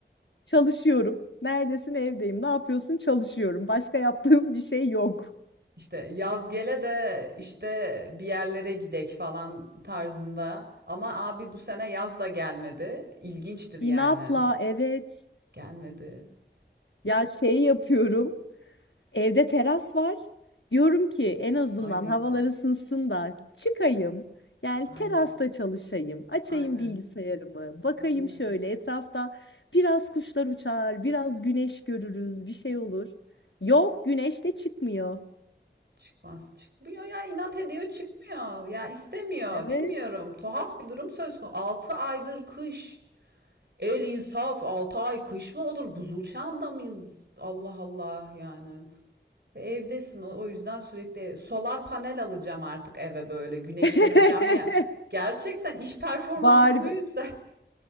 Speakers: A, on the left; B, on the right.
A: Çalışıyorum. Neredesin? Evdeyim. Ne yapıyorsun? Çalışıyorum. Başka yaptığım bir şey yok.
B: İşte yaz gele de işte bir yerlere gidek falan tarzında. Ama abi bu sene yaz da gelmedi. İlginçtir yani.
A: İnatla evet.
B: Gelmedi.
A: Ya şey yapıyorum. Evde teras var. Diyorum ki en azından
B: Ay ne
A: havalar
B: güzel.
A: ısınsın da çıkayım. Yani
B: Aynen.
A: terasta çalışayım. Açayım
B: Aynen.
A: bilgisayarımı. Bakayım
B: Tabii ya.
A: şöyle etrafta biraz kuşlar uçar, biraz güneş görürüz, bir şey olur. Yok, güneş de çıkmıyor.
B: Çıkmaz. Çıkmıyor ya. inat ediyor çıkmıyor. Ya istemiyor.
A: Evet.
B: Bilmiyorum. Tuhaf bir durum söz konusu. 6 aydır kış. El insaf. 6 ay kış mı olur? Buzul çağında mıyız? Allah Allah yani. Ve evdesin o o yüzden sürekli solar panel alacağım artık eve böyle güneşleneceğim
A: <laughs>
B: ya. Gerçekten iş performansımı
A: Bari bu-
B: yüksel <laughs>